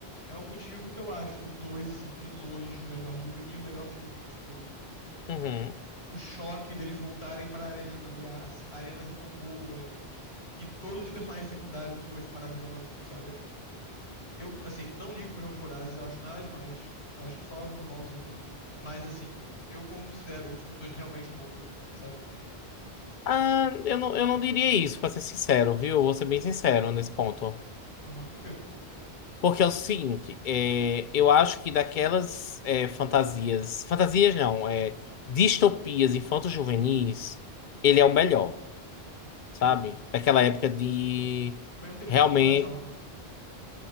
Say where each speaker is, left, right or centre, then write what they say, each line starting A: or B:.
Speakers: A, on the left; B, on the left.
A: É o motivo que eu acho o 2 assim, de longe, o melhor livro e o melhor filme, que, tipo,
B: Uhum.
A: o choque deles voltarem pra arena e a a arena ser tão boa e todos os personagens secundários do 2 são maravilhosos, sabe? É tipo, eu, assim, não ligo pros Jogos Vorazes, eu acho nada demais, acho só normalzinho, mas, assim, eu considero o filme 2 realmente um bom filme, sabe?
B: Ah, eu não, eu não diria isso, pra ser sincero, viu? Vou ser bem sincero nesse ponto.
A: Aham, por quê?
B: Porque é o seguinte, é, eu acho que daquelas é, fantasias. Fantasias não, é, distopias infanto-juvenis, ele é o melhor,
A: Sim.
B: sabe? Daquela época de.
A: Também não tem muita
B: Realmente.
A: comparação, né?